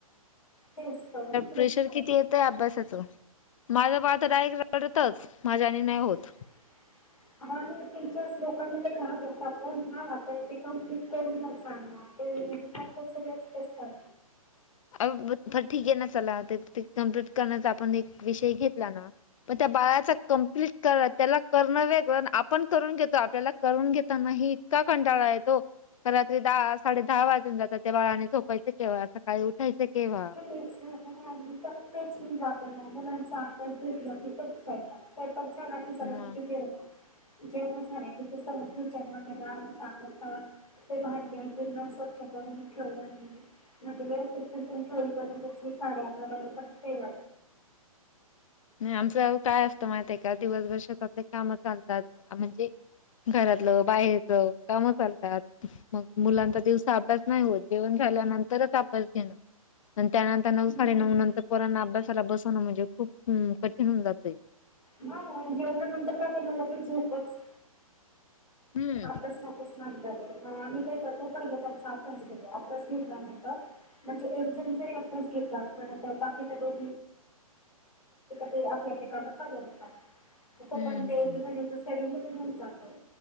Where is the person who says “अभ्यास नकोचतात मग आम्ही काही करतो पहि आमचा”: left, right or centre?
Left